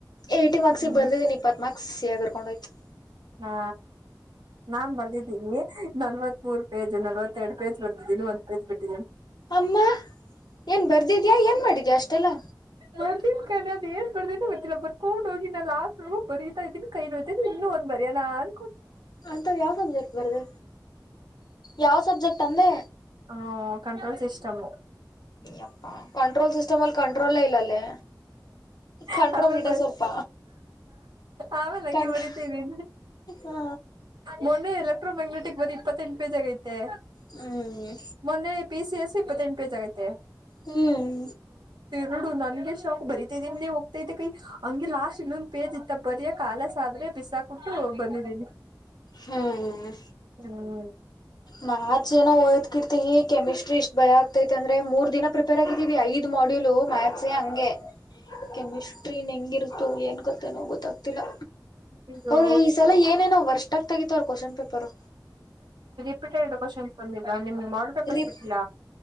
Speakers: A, on the left; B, on the right.
A: ಏಯ್ಟಿ ಮಾರ್ಕ್ಸಿಗೆ
B: ಹ್ಮ್
A: ಬರ್ದಿದೀನಿ ಇಪ್ಪತ್ತು ಮಾರ್ಕ್ಸ್ ಸಾಗಿರ್ಕೊಂಡ ಹೋಯ್ತು
B: ಹಾ ನಾನ್ ಬಂದಿದ್ದೀನಿ ನಲವತ್ಪುರ್ ಪೇ ನವತ್ತರಡು ಪೇಜ್ ಬರ್ದ್ದೀನಿ ಒಂದ ಪೇಜ್ ಬಿಟ್ಟಿದ್ದೀ
A: ಅಮ್ಮ ಏನ್ ಬರ್ದಿದ್ಯಾ ಏನ್ ಮಾಡಿದ್ಯಾ ಅಷ್ಟೆಲ್ಲ
B: ಗೋತನ್ ಕನ್ ಅ ಏರ್ ಬರ್ದೇ ಗೊತ್ತಿಲ್ಲರ್ಡ ಹೋಗಿ ಲಾಸ್ಟ್ ನೋಗ ಬರೀತಾ ಇದೀನಿ ಕೈ ನೋತ ನುನ್ ಬರೆಯ ನಾಲ್
A: ಅಂತ ಯಾವ್ ಸಬ್ಜೆಕ್ಟ್ ಬರ್ದೆ ಯಾವ ಸಬ್ಜೆಕ್ಟ್ ಅಂದೆ
B: ಹ ಕಂಟ್ರೋಲ್ ಸಿಸ್ಟಮ್
A: ಅಪ್ಪ ಕಂಟ್ರೋಲ್ ಸಿಸಟಮ್ ಅಲ್ಲಿ ಕಂಟ್ರೋಲ್ ಇಲ್ಲಲ್ಲೇ
B: ಹ
A: ಕಂಟ್ರೋಲ್
B: ಆಮೇಲೆ
A: ಇದೆ
B: ಬರಿ
A: ಸ್ವಲ್ಪ
B: ಆಮೇಲೆ ಹಂಗೆ
A: ಕಂಟ್ರೋ
B: ಮರಿತರಿ
A: ಹಾ
B: ಮೊನ್ನ ಎಲೆಟ್ರೋ ಮ್ಯಾಗ್ನೆಟಿಕ್ ಬರಿ ಇಪ್ಪತ್ತೆಂಟುಜಿ ಆಗೈತಿ
A: ಹ್ಮ್
B: ಮೊನ್ನೆ ಪಿ ಸಿ ಎಸ್ ಇಪ್ಪತ್ತೆಂಟು ಪೇಜ ಆಗೈತೆ
A: ಹ್ಮ್
B: ನೋಡು ನನ್ಗೆ ಶಾಕ್ ಬರಿತೈನ್ಲ್ಲಿ ಹೋಗ್ತೈತೆ ಕೈ ಹಂಗೆ ಲಾಸ್ಟ್ ಇನ್ನೊಂದು ಪೇಜ್ ಇತ್ತ ಬರಿ ಕಾಲಸ್ ಆದ್ರೆ ಬಿಸಾಕಟ್ಟು ಬಂದಿದ್ದೀನಿ
A: ಹ್ಮ್
B: ಹ್ಮ್
A: ಮ್ಯಾತ್ಸ್ ಏನೋ ಓದ್ಕಿರ್ತತಿವಿ ಕೆಮಿಸ್ಟ್ರಿ ಇಷ್ಟ್ ಭಯ ಆಗ್ತೈತೆ ಅಂದ್ರ ಮೂರ್ ದಿನ ಪ್ರಿಪೇರ್ ಆಗಿದೀವಿ ಐದು ಮಾಡ್ಯೂಲ್ ಮ್ಯಾಥಸ ಹಂಗೆ ಕೆಮಿಸ್ಟ್ರಿ ಇನ್ನು ಹೆಂಗಿರುತ್ತು ಏನ್ ಕತೆನೋ ಗೊತ್ತಾಗ್ತಿಲ್ಲ
B: ಅಯ್ಯೋ
A: ಅವ್ರ ಈ ಸಲ ಏನೇನೋ ವರ್ಷ್ಟಕ್ ತಗತ ಅವ್ರ ಕ್ವಶನ್ ಪೇಪರ್
B: ಡ್ ಕ್ವನ್ಸ್ ಬಂದಿದ್ದ ನಿಮ್ಗೆ ಮಾಡಾರ್ಲ್ ಪೇಪರ್ಸ್
A: ರಿಪ್
B: ಬಿಟ್ಟಿಲ್ಲ